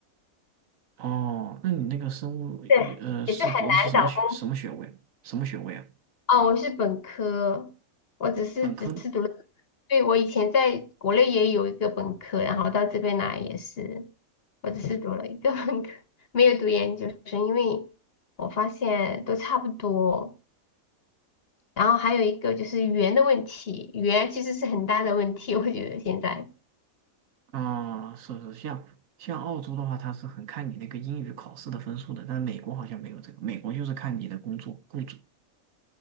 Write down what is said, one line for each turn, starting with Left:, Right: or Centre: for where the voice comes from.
Right: 哦，那你那个生物，
Left: 对，
Right: 呃，
Left: 也是很难找工。
Right: 是读的是什么学什么学位？什么学位啊？
Left: 哦，我是本科，我只是只是读了，
Right: 本科
Left: 对，我以前在国内也有一个本科，然后到这边来也是，我只是读了一个本科，没有读研究生，因为我发现都差不多。然后还有一个就是语言的问题，语言其实是很大的问题，我觉得现在
Right: 啊，是是，像像澳洲的话，它是很看你那个英语考试的分数的，但美国好像没有这个，美国就是看你的工作雇主